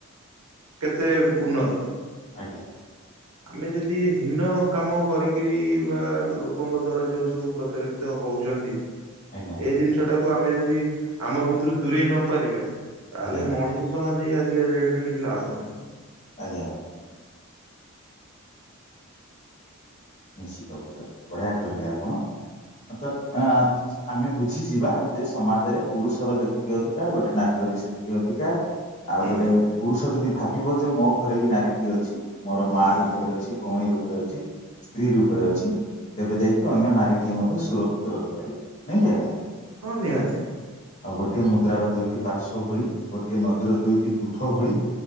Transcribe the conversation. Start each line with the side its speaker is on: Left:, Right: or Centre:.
Right: କେତେ ଉନ୍ନତ।
Left: ଆଜ୍ଞା।
Right: ଆମେ ଯଦି ହୀନ କାମ କରିକିରି ବା ଲୋକଙ୍କ ଦ୍ଵାରା ଯୋଉ ସବୁ ପ୍ରତାରେ ତ ହଉଛନ୍ତି।
Left: ଆଜ୍ଞା।
Right: ସେ ଜିନିଷ ଟାକୁ ଆମେ ଯଦି ଆମ ଭିତରୁ ଦୂରେଇ ନ ପାରିବା ତାହେଲେ
Left: ଆଜ୍ଞା
Right: ମଣିଷ ଜମା ଦେଇ ଆଜିକା ଡେଟ ରେ କିଛି ଲାଭ ନାହଁ।
Left: ଆଜ୍ଞା। ନିଶ୍ଚିତ ଭାବରେ ବଢିଆ କହିଲେ ଆପଣ ଅ ତତ ଆଁ ଆମେ ବୁଝିଯିବା ଯେ ସମାଜରେ ପୁରୁଷର ଯେତିକି ଅଧିକାର ଗୋଟେ ନାରୀର ବି ସେତିକି ଅଧିକାର ଆଉ
Right: ହୁଁ
Left: ଗୋଟେ ପୁରୁଷ ଯଦି ଭାବିବ ଯେ ମୋ ଘରେ ବି ନାରୀଟିଏ ଅଛି ମୋର ମା
Right: ହୁଁ।
Left: ରୂପରେ ଅଛି ଭଉଣୀ ରୂପରେ ଅଛି ସ୍ତ୍ରୀ ରୂପରେ ଅଛି ତେବେ ଯାଇକି ଅନ୍ୟ ନାରୀଟିଏ ମଧ୍ୟ ସୁରକ୍ଷିତ ରହିପାରିବ ନାଇଁକ କି ଆଜ୍ଞା?
Right: ହଁ ନିହାତି।
Left: ଆଉ ଗୋଟିଏ ମୁଦ୍ରାର ଦୁଇଟି ପାର୍ଶ ଭଳି ଗୋଟିଏ ନଦୀର ଦୁଇଟି ତୁଠ ଭଳି